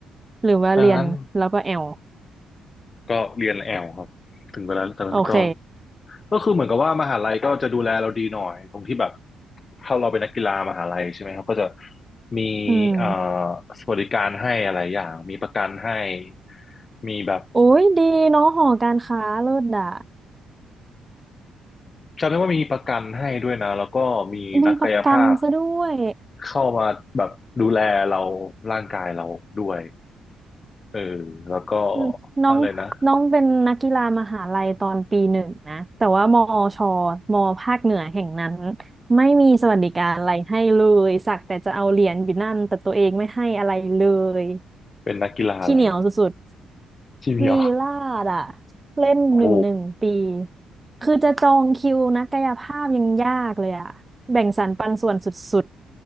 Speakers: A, on the right; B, on the left.
A: หรือว่าเรียนแล้วก็แอล
B: ดังนั้นก็เรียนแอลครับถึงเวลาตอนนั้นก็
A: โอเค
B: ก็คือเหมือนกับว่ามหาลัยก็จะดูแลเราดีหน่อยตรงที่แบบถ้าเราเป็นนักกีฬามหาลัยใช่ไหมครับก็จะมีเอ่อสวัสดิการให้อะไรอย่างมีประกันให้
A: อืม
B: มีแบบ
A: โอ้ยดีเนาะหอการค้าเลิศด่ะ
B: จำได้ว่ามีประกันให้ด้วยนะแล้วก็มีนักกายภาพ
A: มีประกันซะด้วย
B: เข้ามาแบบดูแลเราร่างกายเราด้วยเออแล้วก็
A: อืมน้องน้องเป็นนักกีฬามหาลัยตอนปีหนึ่งนะ
B: อะไรนะ
A: แต่ว่ามอชมอภาคเหนือแห่งนั้นไม่มีสวัสดิการอะไรให้เลย สักแต่จะเอาเหรียญอยู่นั่นแต่ตัวเองไม่ให้อะไรเลย
B: เป็นนักกีฬาอะไร
A: ขี้เหนียวสุด
B: ที่เหมียว
A: ลีลาดอะเล่นหนึ่งหนึ่งปี
B: โอ้โห
A: คือจะจองคิวนักกายภาพยังยากเลยอะแบ่งสรรปันส่วนสุด